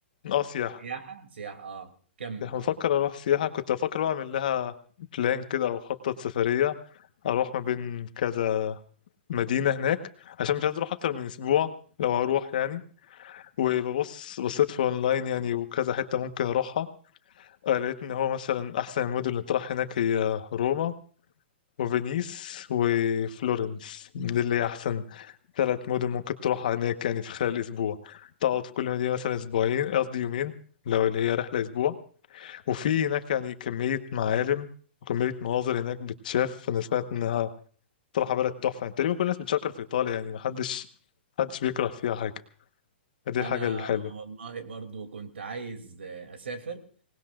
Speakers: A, on the left; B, on the right.
A: اه سياحة
B: سياحة سياحة اه كمل
A: يعني
B: اه
A: بفكر اروح سياحة كنت بفكر بقى اعمل لها بلان كده او اخطط سفرية اروح ما بين كذا مدينة هناك عشان مش عايز اروح اكتر من اسبوع لو هروح يعني وببص بصيت في اونلاين يعني وكذا حتة ممكن اروحها آه، لقيت ان هو مثلا احسن المدن اللي تروح هناك هي روما وفينيس وفلورنس دي اللي هي احسن ثلاث مدن ممكن تروحها هناك يعني في خلال اسبوع تقعد في كل مدينة مثلا اسبوعين قصدي يومين لو اللي هي رحلة اسبوع وفي هناك يعني كمية معالم وكمية مناظر هناك بتشاف انا سمعت انها صراحة بلد تحفة يعني تقريبا كل الناس بتشكر في ايطاليا يعني محدش محدش بيكره فيها حاجة دي
B: أنا
A: الحاجة الحلوة
B: والله برضو كنت عايز آه، أسافر